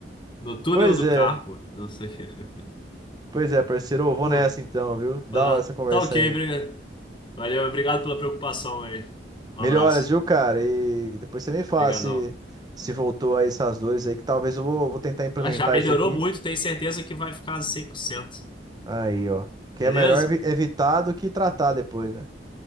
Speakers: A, on the left (about 25°); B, on the right (about 25°).
A: no túnel
B: Pois
A: do
B: é.
A: carpo, não sei o quê.
B: Pois é, parceiro, eu vou
A: Pô,
B: nessa então, viu? Da
A: tá
B: hora essa conversa
A: tá ok,
B: aí.
A: obrigado. Valeu, obrigado pela preocupação aí. Um
B: Melhoras,
A: abraço.
B: viu, cara? E depois você me fala
A: Obrigadão.
B: se, se voltou aí essas dores aí, que talvez eu vou, vou tentar implementar
A: Ah, Já melhorou
B: isso aqui.
A: muito, tenho certeza que vai ficar cem por cento,
B: Aí, ó. Que
A: Beleza?
B: é melhor evi- evitar do que tratar depois, né?